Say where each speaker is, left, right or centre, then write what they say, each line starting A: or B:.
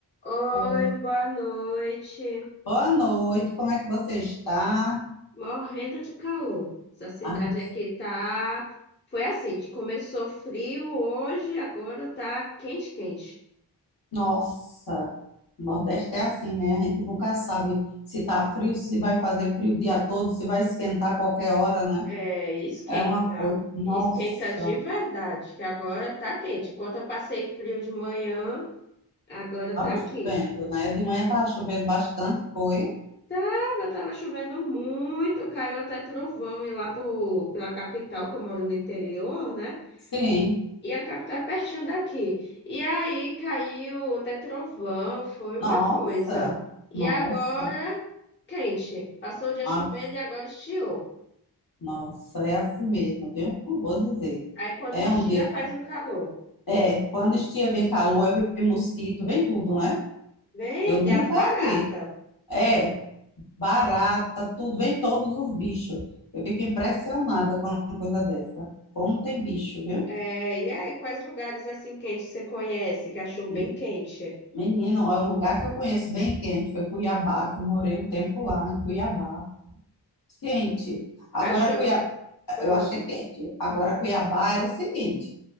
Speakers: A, on the left; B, on the left.
A: Oi,
B: Ô,
A: boa noite.
B: Boa noite, como é que você está?
A: Morrendo de calor. Essa cidade
B: Ah,
A: aqui tá. Foi assim, de- começou frio hoje, agora tá quente, quente.
B: nossa, o Nordeste é assim, né? A gente nunca sabe se está frio, se vai fazer frio o dia todo, se vai esquentar a qualquer hora, né?
A: É, esquenta.
B: É uma coisa. Nossa,
A: Esquenta de verdade, que agora tá quente. Enquanto eu passei frio de manhã, agora
B: estava
A: tá aqui.
B: chovendo, né? De manhã estava chovendo bastante, foi?
A: Tava, tava chovendo muito, caiu até trovão e lá por, pela capital, que eu moro no interior, né?
B: Sim.
A: E a capital é pertinho daqui. E aí caiu até trovão, foi uma
B: Nossa,
A: coisa. E
B: nossa,
A: agora, quente. Passou o dia chovendo
B: ah,
A: e agora estiou.
B: nossa, é assim mesmo, viu? Não Vou dizer.
A: Aí quando
B: É
A: estia,
B: um dia.
A: faz o calor.
B: É, quando estia vem calor, aí vem mosquito, vem tudo, né?
A: Vem,
B: Eu nunca
A: tem as baratas.
B: vi. É, barata, tudo, vem todos os bichos. Eu fico impressionada com uma coisa dessa. Como tem bicho, viu?
A: É, e aí, quais lugares assim quentes você conhece, que achou bem
B: Me-
A: quente?
B: Menino, ó, o lugar que eu conheço bem quente foi Cuiabá, que eu morei um tempo lá em Cuiabá. Quente. Agora
A: Achou.
B: Cuiabá,
A: Ah,
B: eu achei quente. Agora Cuiabá era o seguinte,